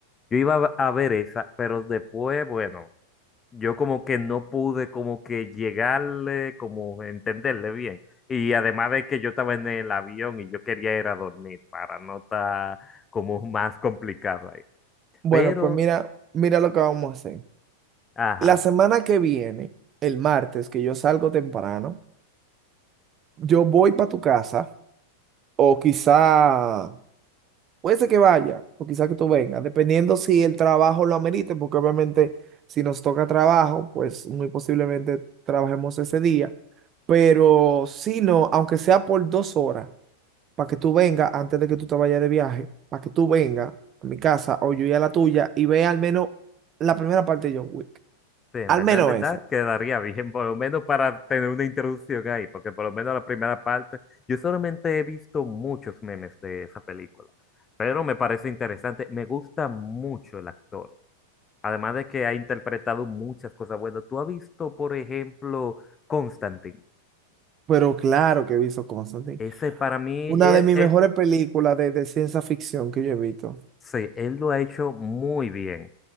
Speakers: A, on the left; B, on the right.
A: Yo iba a ver esa, pero después, bueno yo como que no pude como que llegarle, como entenderle bien. Y además de que yo estaba en el avión y yo quería ir a dormir para no estar como más complicado ahí.
B: Bueno,
A: Pero,
B: pues mira, mira lo que vamos a hacer.
A: ajá,
B: La semana que viene, el martes, que yo salgo temprano, yo voy para tu casa o quizá, puede ser que vaya o quizá que tú vengas, dependiendo si el trabajo lo amerite, porque obviamente si nos toca trabajo, pues muy posiblemente trabajemos ese día, pero si no, aunque sea por dos horas, para que tú vengas antes de que tú te vayas de viaje, para que tú vengas a mi casa o yo y a la tuya y vea al menos la primera parte de John Wick,
A: sí, en
B: al
A: verdad,
B: menos
A: en verdad
B: esa.
A: quedaría bien, por lo menos para tener una introducción ahí, porque por lo menos la primera parte, yo solamente he visto muchos memes de esa película, pero me parece interesante, me gusta mucho el actor. Además de que ha interpretado muchas cosas buenas. Tú has visto, por ejemplo, Constantine.
B: pero claro que he visto Constantine.
A: Ese para mí,
B: Una
A: él,
B: de mis
A: él-
B: mejores películas de, de ciencia ficción que yo he visto.
A: sí, él lo ha hecho muy bien.